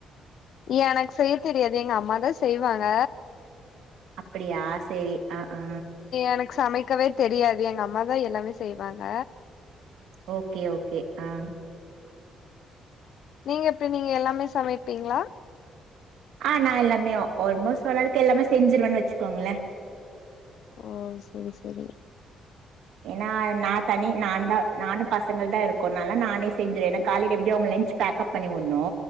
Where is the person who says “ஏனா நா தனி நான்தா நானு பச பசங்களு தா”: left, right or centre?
Right